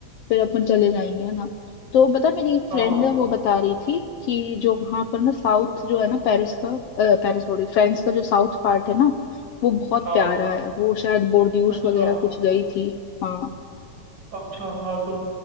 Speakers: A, on the left; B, on the right.
A: फिर अपन चले जाएंगे है ना तो बता मेरी एक
B: हाँ
A: फ्रेंड
B: हाँ
A: है वो बता रही थी कि जो वहां पर ना साउथ जो है ना पेरिस का अ, पेरिस बोल रही फ्रांस का जो साउथ पार्ट है ना वो बहुत
B: हाँ
A: प्यारा है वो शायद बोर्डियूस
B: अच्छा
A: वगैरह कुछ गई थी हाँ
B: अच्छा हाँ तो